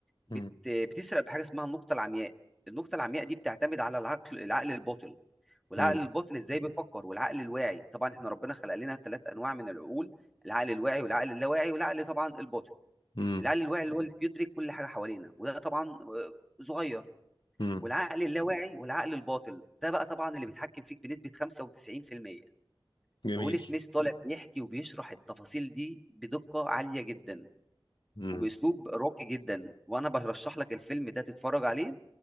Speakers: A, in the centre; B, on the left.
A: بت-
B: امم
A: بتسرق بحاجة اسمها النقطة العمياء النقطة العمياء دي بتعتمد على العقل العقل الباطن والعقل
B: امم
A: الباطن ازاي بيفكر والعقل الواعي طبعا احنا ربنا خلق لنا ثلاث انواع من العقول العقل الواعي والعقل اللاواعي والعقل طبعا الباطن
B: امم
A: العقل الواعي اللي هو اللي بيدرك كل حاجه حوالينا وده طبعا آه، صغير
B: امم
A: والعقل اللاواعي والعقل الباطن ده بقى طبعا اللي بيتحكم فيك بنسبه 95%
B: جميل
A: فويل سميث طالع بيحكي وبيشرح التفاصيل دي بدقه عاليه جدا
B: امم
A: وباسلوب راقي جدا وانا برشح لك الفيلم ده تتفرج عليه